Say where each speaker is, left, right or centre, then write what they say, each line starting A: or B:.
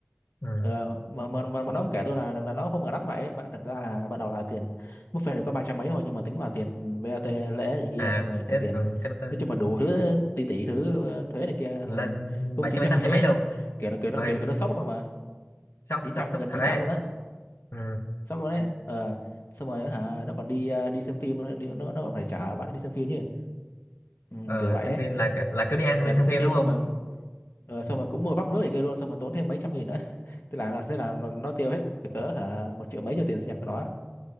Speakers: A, on the left; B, on the left.
A: ừ.
B: ờ, mà, mà, mà, mà nó cũng kể tôi là là nó không ngờ đắt vậy bạn thật ra là ban đầu là tiền buffet được có ba trăm mấy thôi nhưng mà tính vào tiền VAT lễ này kia
A: à
B: xong rồi
A: cái
B: cả tiền
A: ừ, cái đó- tên
B: nói chung là đủ thứ tỷ tỷ thứ thuế này kia xong
A: lên
B: rồi cũng
A: bảy
B: chín
A: trăm mấy
B: trăm
A: tám trăm
B: mấy
A: mấy luôn
B: <laughs> kiểu nó kiểu nó
A: ơi
B: kiểu, nó sốc luôn mà
A: sốc
B: chín
A: sốc
B: trăm
A: sốc
B: gần
A: thật
B: chín
A: đấy
B: trăm luôn á
A: ừ.
B: sốc luôn đấy ờ xong rồi hả nó còn đi ờ, đi xem phim nữa, đi, nó nó còn phải trả bạn đi xem phim chứ ừ,
A: Ờ,
B: kiểu vậy
A: xem
B: ấy.
A: phim là kiểu- là kiểu đi ăn
B: giả
A: xong đi xem
B: đi xem
A: phim
B: phim
A: đúng
B: xong
A: không?
B: rồi ờ, xong
A: Ừ.
B: rồi cũng mua bắp nước thì kia luôn xong rồi tốn thêm mấy trăm nghìn nữa <laughs> thế là thế là nó nó tiêu hết cỡ cỡ hả một triệu mấy cho tiền sinh nhật của nó